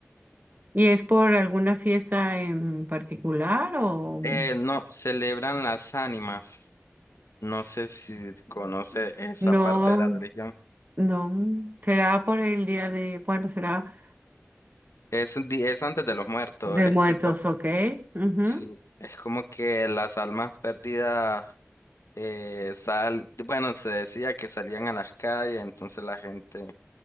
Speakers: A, on the right; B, on the left.
A: ¿Y es por alguna fiesta en particular o
B: Eh, no, celebran las ánimas. No sé si conoce esa
A: no?
B: parte de la religión.
A: No, será por el día de, bueno, será
B: Es, di- es antes de los muertos,
A: de
B: es
A: muertos,
B: tipo,
A: ¿ok? Ujú.
B: sí, es como que las almas perdidas eh, sal, bueno, se decía que salían a las calles, entonces la gente